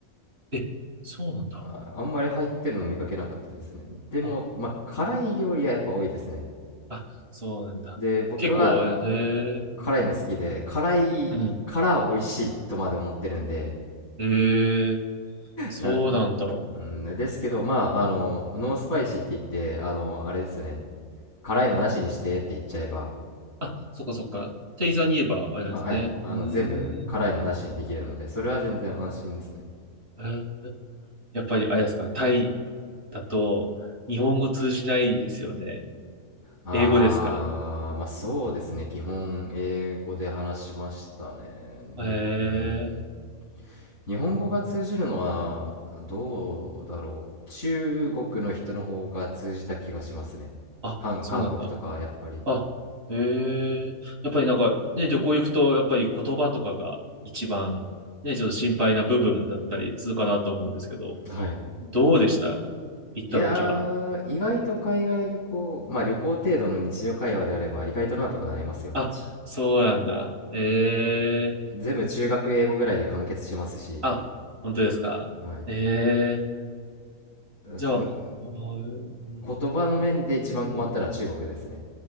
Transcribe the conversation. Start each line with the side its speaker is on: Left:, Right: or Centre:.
Right: え、そうなんだ。
Left: あ、あんまり入ってるの見かけなかったですね。でも、
Right: あ、
Left: まあ、辛い料理はやっぱ多いですね。
Right: あ、そうなんだ。
Left: で、僕は
Right: 結構、へえ、
Left: 辛いの好きで、
Right: うん。
Left: 辛いから美味しいとまで思ってるんで、
Right: うんへえ、そうなんだ。
Left: なん、うんですけど、まあ、あの、ノースパイシーって言って、あの、あれですね、辛いのなしにしてって言っちゃえば、
Right: あ、そっかそっか。店員さんに言えば、あれなんですね。
Left: あ、はい、あの、
Right: うーん。
Left: 全部辛いのなしにできるので、それは全然安心ですね。
Right: えーやっぱり、あれですか。タイだと、日本語通じないですよね。
Left: あー、
Right: 英語ですか。
Left: まあそうですね。基本英語で話しましたね。に、
Right: へえー、
Left: うん。日本語が通じるのはどうだろう。中国の人の方が通じた気がしますね。
Right: あ、
Left: 韓、
Right: そうなんだ。
Left: 韓国とかやっぱり。
Right: あ、へえ。やっぱりなんか、ね、旅行行くと、やっぱり言葉とかが一番、ね、ちょっと心配な部分だったりするかなと思うんですけど、
Left: はい。
Right: どうでした行った時は。
Left: いやー、意外と海外旅行、まあ旅行程度の日常会話であれば意外となんとかなりますよ。
Right: あ、
Left: ち
Right: そうなんだ。ええ。
Left: 全部中学英語ぐらいで完結しますし、
Right: あ、本当ですか。
Left: はい。
Right: ええ。じゃあ、
Left: その
Right: おーうん、
Left: 言葉の面で一番困ったのは中国ですね。
Right: うん。